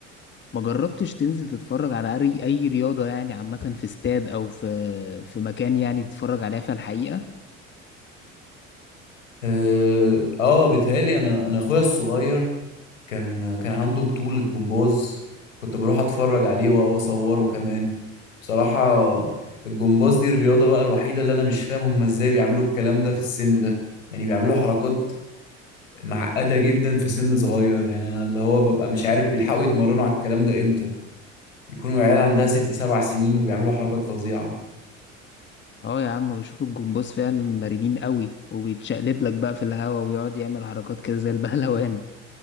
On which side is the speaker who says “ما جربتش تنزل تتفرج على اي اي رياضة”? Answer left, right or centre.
Left